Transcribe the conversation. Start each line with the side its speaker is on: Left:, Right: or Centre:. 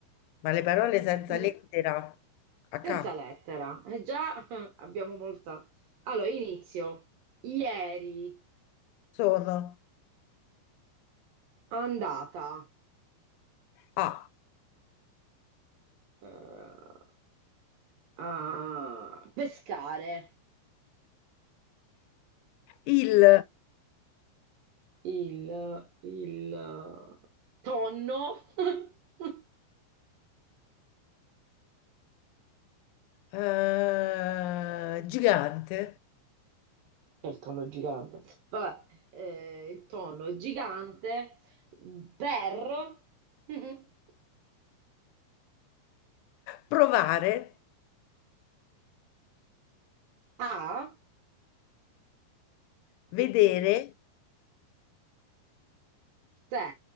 Left: ma le parole senza
Right: I-
Left: lettera a
Right: senza
Left: caso
Right: lettera. Eh, già <laughs> abbiamo molta... Allora, inizio. Ieri
Left: sono
Right: andata
Left: A,
Right: eh, a pescare.
Left: il.
Right: il, il tonno, <laughs> che
Left: eh, gigante,
Right: è il tonno gigante, vabbè, eh, il tonno gigante per <laughs>
Left: provare,
Right: a
Left: vedere,
Right: se